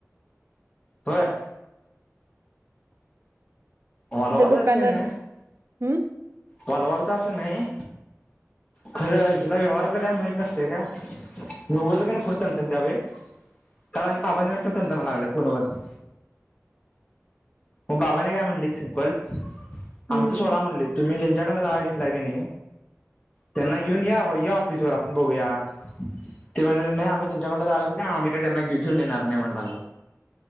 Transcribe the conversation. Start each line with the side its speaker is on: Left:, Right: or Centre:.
Left: होय. वाला
Right: तिथे
Left: वाल
Right: दुकानात
Left: शाने
Right: हम्म
Left: वालवाल तर असं नाही खरं हिला व्यवहारातला काय माहित नसतय काय आणि उगचच पुढं तनतनत्या बई कारण की बाबान तनतनाल्या लागल्या फोनवरती मग बाबाने काय म्हणली सिंपल
Right: हम्म
Left: आमचा सोडा म्हणलीत तुम्ही जेंच ज्यांच्याकडून जागा घेतलाय कनी त्यांना घेऊन या ऑफिस व आपण बघूया आम्ही त्यांच्याड जाग अम्ही काय त्यांना घेऊन घेऊन येणार नाही म्हटला मला